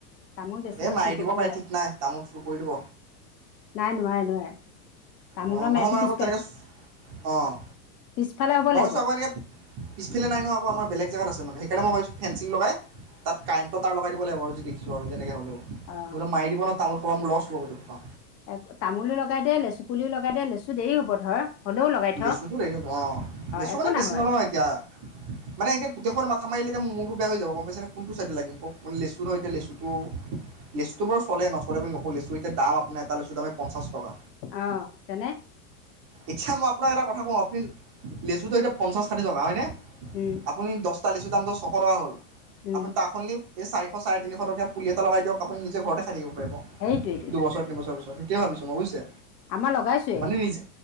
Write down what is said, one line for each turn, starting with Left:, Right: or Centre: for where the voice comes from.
Left: তামোল বেছিভাগ
Right: এই মাৰি
Left: চোৰ কৰিব
Right: দিব পাৰে
Left: নোৱাৰে,
Right: ঠিক নাই তামোল চুৰ কৰি দিব
Left: নাই নোৱাৰে, নোৱাৰে। তামোলৰ
Right: অ' নহয়
Left: মেৰটো
Right: মানে আকৌ
Left: পিছপে
Right: তেনেকে, অ'
Left: পিছফালে হ'ব
Right: মই ভাবিছোঁ
Left: লাগিব অ
Right: আকৌ এনেকে পিফালে নাই নহয় আকৌ আমাৰ বেলেগে জেগাত আছে মানে, সেইকাৰণে ভাবিছো ফেন্সিং লগাই তাত কাৰেণ্টৰ টাৰ লগাই দিব লাগিব আৰু যি দেখিছোঁ আৰু যেনেকে হ'লেও,
Left: অ
Right: নহ'লে মাৰি দিব নহয় তামোল পুৰা মোৰ লষ্ট হ'ব গোটেই সোপা।
Left: এ তামোলো লগাই দে, লেচু পুলিও লগাই দে, লেচু দেৰি হ'ব ধৰ। হ'লেও লগাই থ
Right: লেচুটো হেৰি হ'ব অ', লেচু
Left: একো
Right: মানে
Left: নহয়
Right: বেছি নলগাওঁ এতিয়া। মানে এতিয়া গোটেইসোপাত মাথা মাৰিলে এতিয়া মোৰ মূৰটো বেয়া হৈ যাব গম পাইছানে, কোনটো চাইডে লাগিম কওঁক। লেচু ধৰ এতিয়া লেচুটো, লেচুটো বাৰু চলে, নচলে বুলি নকওঁ, লেচু এতিয়া দাম আপোনাৰ এটা এটা লেচুৰ দামে পঞ্চাছ টকা।
Left: অ' তেনে।
Right: এতিয়া মই আপোনাক এটা কথা কওঁ, আপুনি লেচুটো এতিয়া পঞ্চাছ ষাঠি টকা হয়নে।
Left: উম।
Right: আপুনি দহটা লেচুৰ দামটো ছশ টকা হ, ল,
Left: উম
Right: আপুনি তাৰসলনি এই চাৰিশ, চাৰে তিনিশ টকীয়া পুলি এটা লগাই দিয়ক আপুনি নিজে ঘৰতে খাই থাকিব পাৰিব।
Left: সেইটোৱেইটো
Right: দুবছৰ তিনিবছৰ পিছত। সেইটোৱে ভাবিছো মই বুজিছে।
Left: আমাৰ লগাইছোৱে।
Right: এইযে,